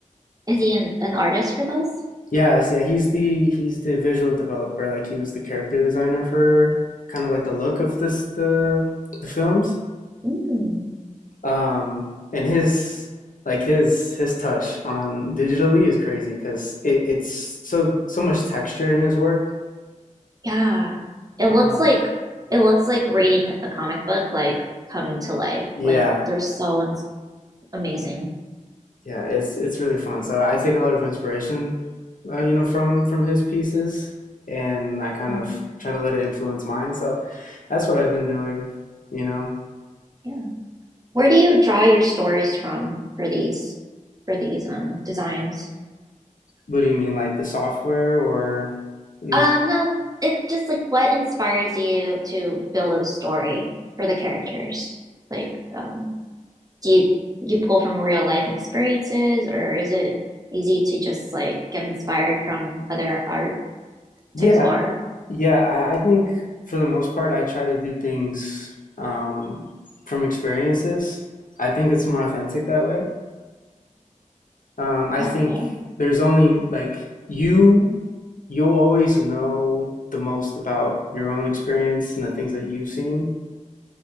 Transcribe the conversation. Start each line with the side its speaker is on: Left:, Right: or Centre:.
Right: is he an, an artist for those?
Left: Yes, yeah, he's the he's the visual developer. Like he was the character designer for kind of like the look of this the the films.
Right: Mm.
Left: Um, and his like his his touch on digitally is crazy because it, it's so so much texture in his work.
Right: Yeah. It looks
Left: Um,
Right: like it looks like reading a comic book like coming to life.
Left: yeah,
Right: Like they're so ins amazing.
Left: yeah, it's it's really fun. So I take a lot of inspiration, uh, you know, from from his pieces, and I kind
Right: Mm,
Left: of try to let it influence mine. So that's what I've been doing, you know.
Right: yeah. Where do you draw your stories from for these for these um designs?
Left: What do you mean, like the software or? in
Right: Um,
Left: the-
Right: no, it just like what inspires you to build up a story for the characters? Like, um, do you you pull from real life experiences or is it easy to just like get inspired from other art
Left: Yeah,
Right: types of art?
Left: Yeah, I, I think for the most part, I try to do things um, from experiences. I think it's more authentic that way. Um, I
Right: Okay.
Left: think there's only like you, you'll always know the most about your own experience and the things that you've seen.